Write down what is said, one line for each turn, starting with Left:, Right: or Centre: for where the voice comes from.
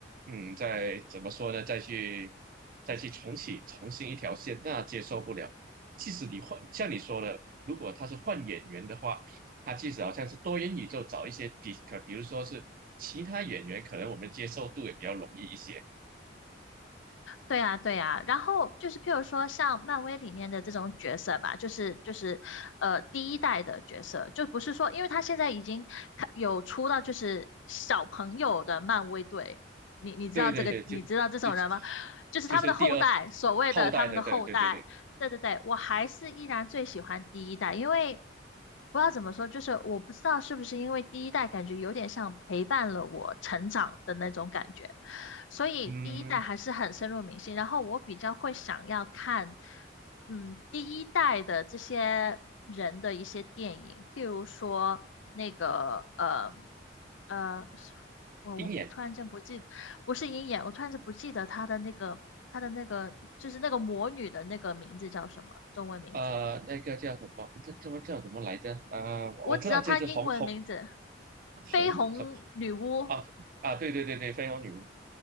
Right: 嗯，再怎么说呢，再去再去重启重新一条线，那接受不了。即使你换，像你说的，如果他是换演员的话，他即使好像是多元宇宙找一些比，可比如说是其他演员，可能我们接受度也比较容易一些。
Left: 对呀，对呀，然后就是譬如说像漫威里面的这种角色吧，就是就是呃第一代的角色，就不是说，因为他现在已经开有出到就是小朋友的漫威队，你你知道这个，
Right: 对对对，就就
Left: 你知道这种人吗？就是他们的后代，
Right: 就是第二
Left: 所谓的他们的后代，
Right: 后代的，对对对对，
Left: 对对对，我还是依然最喜欢第一代，因为不知道怎么说，就是我不知道是不是因为第一代感觉有点像陪伴了我成长的那种感觉。所以第一代还是很深入民心。
Right: 嗯，
Left: 然后我比较会想要看，嗯，第一代的这些人的一些电影，譬如说那个，呃，呃，我我我突然间不记，
Right: 鹰眼，
Left: 不是鹰眼，我突然间不记得他的那个他的那个就是那个魔女的那个名字叫什么中文名字，
Right: 呃，那个叫什么？这这么叫什么来着？啊，
Left: 我只要她英文名字，
Right: 我知道这只红红
Left: 绯红女巫。
Right: 红什么啊啊，对对对对，飞龙女巫，